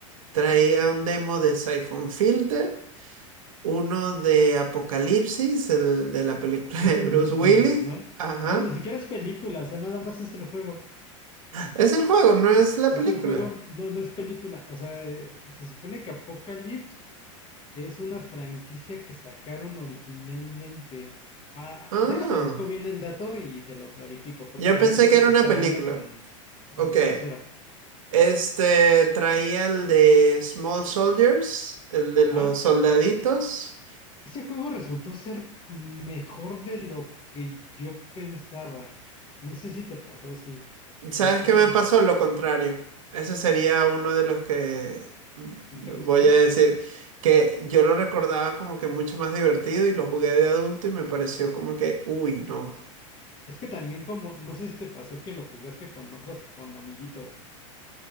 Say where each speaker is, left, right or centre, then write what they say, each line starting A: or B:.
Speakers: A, on the right; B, on the left.
A: Traía
B: Uh,
A: un demo de Siphon Filter, uno de Apocalipsis, el de la película
B: El
A: <laughs> de
B: de
A: Bruce
B: Bruce
A: Willis.
B: Willis, ¿no?
A: Ajá.
B: No, ni siquiera es película, o sea, nada más es el juego.
A: Es el juego, no es la película.
B: Es el juego, no, no es película. O sea, eh, se supone que Apocalypse es una franquicia que sacaron originalmente. Ah,
A: Ah.
B: déjate, busco bien el dato y te lo clarifico, porque
A: Yo
B: también
A: pensé
B: puede
A: que era
B: que
A: una
B: esté
A: película.
B: hablando con, con
A: Ok.
B: el trasero.
A: Este traía el de Small Soldiers, el de
B: Ajá.
A: los soldaditos.
B: Ese juego resultó ser mejor de lo que yo pensaba. No sé si te pasó así.
A: ¿Sabes
B: O bueno,
A: qué me pasó? Lo contrario. Ese sería uno de los que v-
B: ¿no te gustó?
A: voy a decir que yo lo recordaba como que mucho más divertido y lo jugué de adulto y me pareció como que, uy, no.
B: Es que también como, no sé si te pasó que lo jugaste con otras, con amiguitos.